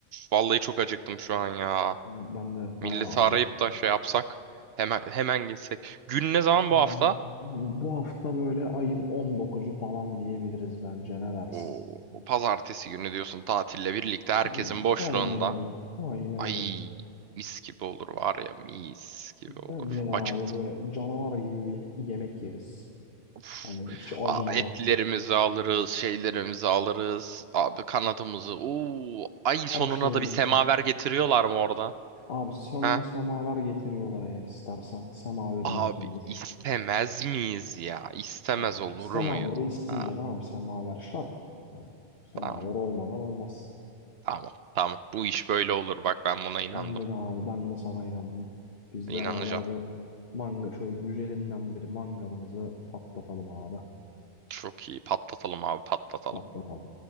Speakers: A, on the right; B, on the left.
A: vallahi çok acıktım şu an ya.
B: Oğlum Ben de
A: Milleti
B: bayağı acıktım.
A: arayıp da şey yapsak hemen hemen gitsek. Gün ne zaman
B: Şöyle
A: bu hafta?
B: abi bu hafta böyle ayın 19'u falan diyebiliriz bence ne dersin?
A: O pazartesi günü diyorsun tatille birlikte herkesin
B: Hmm,
A: boşluğunda.
B: aynen öyle. Aynen
A: Ay
B: öyle.
A: mis gibi olur var ya mis gibi olur.
B: Bence de abi
A: Acıktım.
B: böyle canavar gibi bir yemek yeriz.
A: Uf.
B: Hani hiç acımadan
A: Aa, etlerimizi alırız, şeylerimizi alırız. Abi kanadımızı. Oo, ay sonuna
B: her şeyimiz.
A: da bir semaver getiriyorlar mı orada?
B: Abi sonuna
A: Ha?
B: semaver getiriyorlar eğer istersen. Semaverimiz
A: Abi
B: de olur.
A: istemez miyiz ya? İstemez
B: Hani
A: olur
B: semaveri
A: muyuz?
B: isteyeceksin
A: Ha,
B: abi. Semaver şart. Hani semaver
A: tamam.
B: olmadan olmaz.
A: Tamam. Tamam. Bu iş böyle olur. Bak ben buna inandım.
B: Bence de abi ben de sana inandım. Biz
A: İnanacağım.
B: beraber bir manga şöyle güzelinden bir mangalımızı patlatalım abi.
A: Çok iyi. Patlatalım abi patlatalım.
B: Patlatalım.